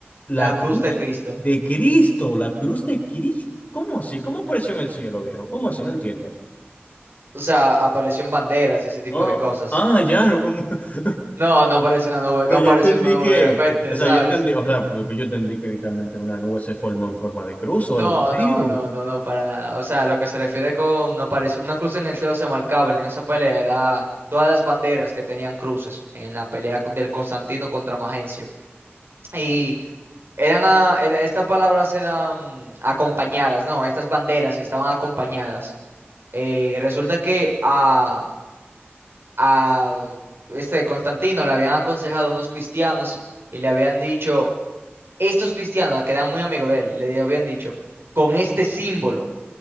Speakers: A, on the left; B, on the right.
A: la
B: la cruz
A: cruz
B: de Cristo.
A: de Cristo, la cruz de Cristo. ¿Cómo así? ¿Cómo apareció en el cielo, viejo? ¿Cómo así? No entiendo.
B: O sea, apareció en banderas y ese tipo
A: No,
B: de cosas.
A: ah, ya, no, como. <laughs>
B: No, no apareció una nube, no
A: No,
B: apareció
A: yo entendí
B: una nube
A: que,
B: de repente,
A: o sea,
B: ¿sabes?
A: yo entendí, o sea, porque yo entendí que literalmente una nube se formó en forma de cruz o
B: No,
A: algo así,
B: no,
A: o
B: no, no, no, para nada. O sea, lo que se refiere con apareció una cruz en el cielo se marcaba en esa pelea, era todas las banderas que tenían cruces en la pelea co- del Constantino contra Magencio. Y eran, a- era- estas palabras eran acompañadas, ¿no? Estas banderas estaban acompañadas. Eh, resulta que a, a este Constantino le habían aconsejado unos cristianos y le habían dicho, estos cristianos que eran muy amigos de él, le habían dicho, con este símbolo